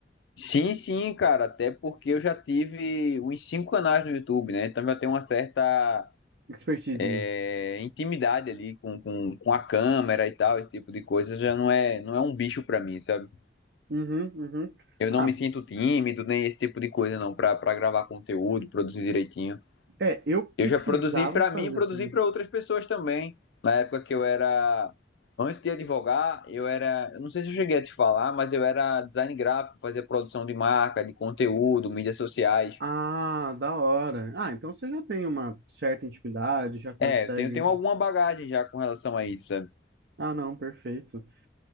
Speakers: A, on the left; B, on the right.
A: Sim, sim, cara, até porque eu já tive uns cinco canais no YouTube, né? Então já tem uma certa
B: Expertise
A: é,
B: nisso.
A: intimidade ali com, com, com a câmera e tal, esse tipo de coisa, já não é, não é um bicho pra mim, sabe?
B: Uhum, uhum.
A: Eu não
B: Ah,
A: me sinto tímido, nem esse tipo de coisa, não, pra, pra gravar conteúdo, produzir direitinho.
B: é, eu precisava
A: Eu já produzi pra
B: fazer
A: mim, produzi
B: também.
A: pra outras pessoas também. Na época que eu era. Antes de advogar, eu era. Eu não sei se eu cheguei a te falar, mas eu era design gráfico, fazia produção de marca, de conteúdo, mídias sociais.
B: Ah, da hora. Ah, então você já tem uma certa intimidade, já consegue.
A: É, eu tenho, tenho
B: um-
A: alguma bagagem já com relação a isso, sabe?
B: Ah, não, perfeito.